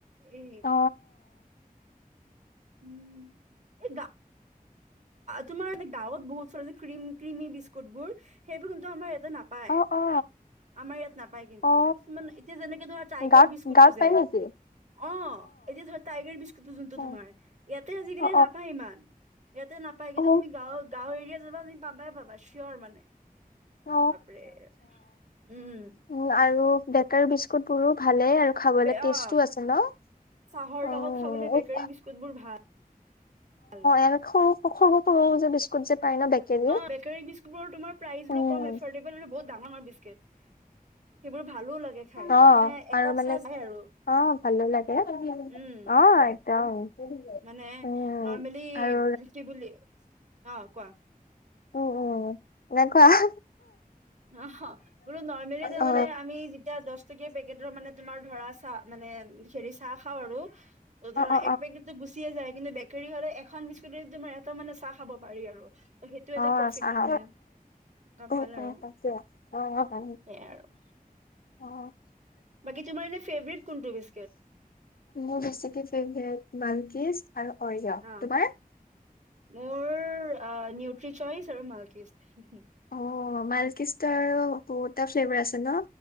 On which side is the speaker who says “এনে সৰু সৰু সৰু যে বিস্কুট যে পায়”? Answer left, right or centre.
Left